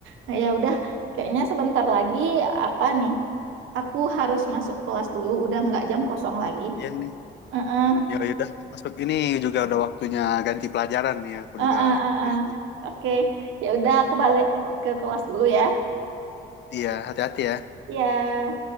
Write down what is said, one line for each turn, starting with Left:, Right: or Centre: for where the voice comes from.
Right: Nah, ya udah, kayaknya sebentar lagi apa nih? Aku harus masuk kelas dulu, udah nggak jam kosong lagi.
Left: Iya nih.
Right: Heeh.
Left: Ya udah, masuk ini juga udah waktunya ganti pelajaran nih. Aku juga
Right: ah ah ah
Left: kayak
Right: ah. Oke, ya udah aku balik ke kelas dulu ya.
Left: Iya, hati-hati ya.
Right: Ya.